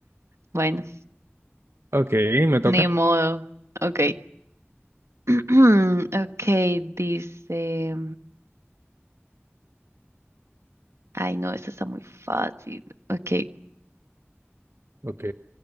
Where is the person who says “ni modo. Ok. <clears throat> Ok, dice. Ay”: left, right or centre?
Right